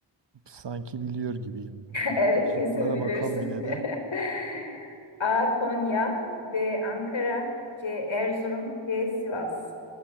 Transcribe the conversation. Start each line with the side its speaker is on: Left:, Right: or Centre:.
Right: Sanki biliyor gibiyim.
Left: Evet
Right: Bir Şıklara
Left: kesin bilirsin.
Right: bakalım yine
Left: <laughs>
Right: de.
Left: A. Konya B. Ankara C. Erzurum D. Sivas.